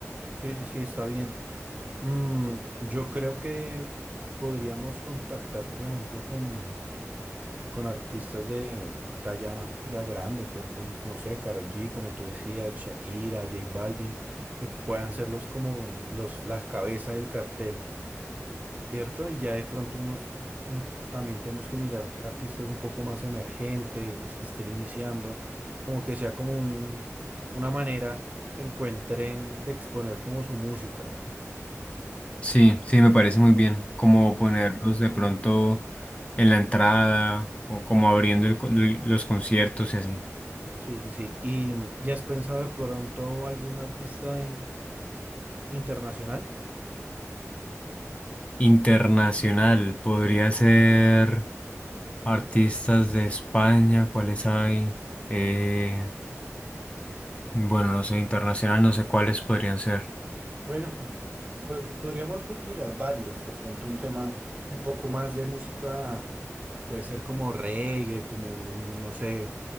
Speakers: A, on the right; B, on the left.
A: sí, sí, está bien. Mm, yo creo que podríamos contactar, por ejemplo, con, con artistas de talla ya grande, por ejemplo, un- no sé, Karol G, como tú decías, Shakira, J Balvin, que puedan ser los como los, las cabezas del cartel, ¿cierto? Y ya de pronto unos, un- también tenemos que mirar artistas un poco más emergentes, que estén iniciando, como que sea como un, una manera que encuentren de exponer como su música.
B: Sí, sí, me parece muy bien, como ponerlos de pronto en la entrada o como abriendo el co- los conciertos y así.
A: Sí, sí, sí. ¿Y, y has pensado de pronto algún artista in- internacional?
B: Internacional podría ser... Artistas de España, ¿cuáles hay? Eh, bueno, no sé, internacional, no sé cuáles podrían ser.
A: Bueno, pues pues, podríamos vi- mirar varios. De pronto un tema un poco más de música, puede ser como reggae, como un, no sé,